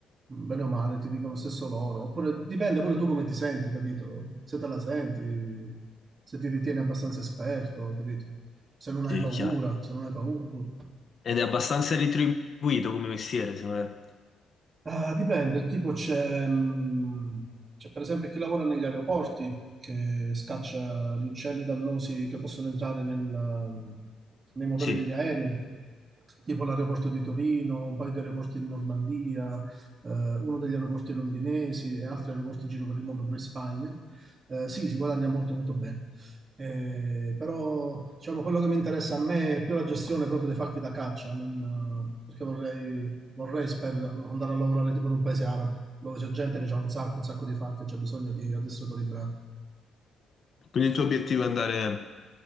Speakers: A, on the right (about 35°); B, on the left (about 45°).
A: mm, bene o male ti dicono stesso loro. Oppure dipende pure tu come ti senti, capito? Se te la senti, se ti ritieni abbastanza esperto, capito? Se non
B: sì,
A: hai paura,
B: è chiaro.
A: se non hai paura pure.
B: Ed è abbastanza ritribuito come mestiere, secondo me.
A: Ah, dipende, tipo c'è mh, c'è per esempio chi lavora negli aeroporti che scaccia gli uccelli dannosi che possono entrare nel- mm, nei motori
B: Sì.
A: degli aerei, tipo l'aeroporto di Torino, un paio di aeroporti in Normandia, eh, uno degli aeroporti londinesi e altri aeroporti in giro per il mondo, pure in Spagna. Eh, sì, si guadagna molto molto bene. Eh, però diciamo quello che mi interessa a me è più la gestione proprio dei falchi da caccia, non, eh, perché vorrei Vorrei, spero, andare a lavorare tipo in un paese arabo, dove c'è gente che ha un sacco, un sacco di fatti e c'è bisogno di addestratori bravi.
B: Quindi il tuo obiettivo è andare,